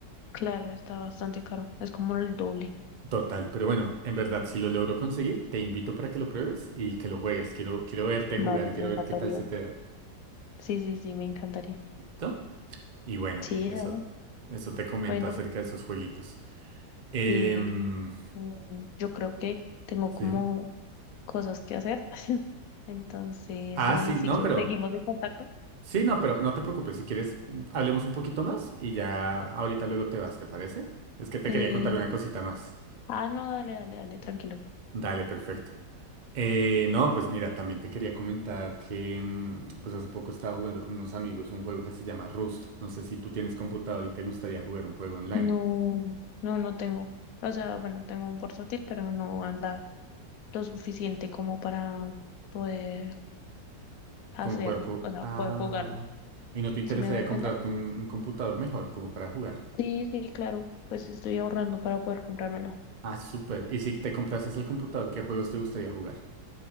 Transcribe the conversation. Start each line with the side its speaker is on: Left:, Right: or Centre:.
Left: Claro, está bastante caro. Es como el doble.
Right: Total, pero bueno, en verdad, si lo logro conseguir, te invito para que lo pruebes y que lo juegues. Quiero, quiero verte
Left: Vale,
Right: jugar, quiero
Left: me encantaría.
Right: ver qué tal se te da.
Left: Sí, sí, sí, me encantaría.
Right: ¿Listo? Y bueno,
Left: Sí,
Right: eso,
Left: dale.
Right: eso te comento
Left: Bueno,
Right: acerca de esos jueguitos. Em,
Left: sí. mm, Yo creo que tengo
Right: sí.
Left: como cosas que hacer. <laughs> Entonces,
Right: Ah,
Left: eh,
Right: sí,
Left: si
Right: no,
Left: quieres,
Right: pero.
Left: seguimos en contacto.
Right: Sí, no, pero no te preocupes. Si quieres, mm, hablemos un poquito más y ya ahorita luego te vas, ¿te parece? Es que te
Left: Eh,
Right: quería contar una cosita más.
Left: ah, no, dale, dale, dale, tranquilo.
Right: Dale, perfecto. Eh, no, pues mira, también te quería comentar que mm, pues hace poco estaba jugando con unos amigos un juego que se llama Rust. No sé si tú tienes computador y te gustaría jugar un juego online.
Left: No, no, no tengo. O sea, bueno, tengo un portátil, pero no anda lo suficiente como para poder hacerlo,
Right: Como puerco.
Left: o sea,
Right: Ah.
Left: poder jugarlo.
Right: ¿Y no te interesaría
Left: ¿Sí me voy a entender?
Right: comprarte un, un computador mejor como para jugar?
Left: Sí, sí, claro. Pues estoy ahorrando para poder comprármelo.
Right: Ah, súper. ¿Y si te comprases el computador, qué juegos te gustaría jugar?